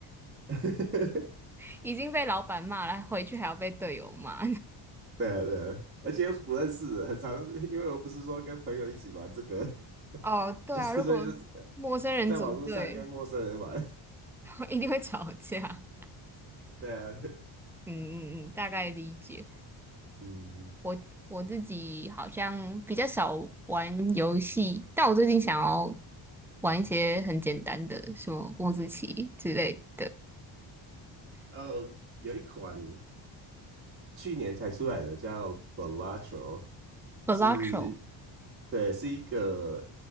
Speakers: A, on the right (about 20°); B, in the centre.
A: <laughs>
B: <laughs> 已经被老板骂了，回去还要被队友骂。
A: 对啊对啊，而且又是不认识的，很常，因为我不是说跟朋友一起玩这个，
B: <laughs>
A: <laughs>
B: 哦，对啊，
A: 就是所以就是
B: 如果陌生人组队，
A: 在网络上跟陌生人玩，
B: <laughs> 一定会吵架。
A: <laughs> 对啊，
B: 嗯嗯嗯，大概理解。
A: 嗯，
B: 我我自己好像比较少玩游戏，但我最近想要玩一些很简单的，什么五子棋之类的。
A: 呃，有一款去年才出来的叫 Balatro。
B: Balatro，
A: 是对，是一个，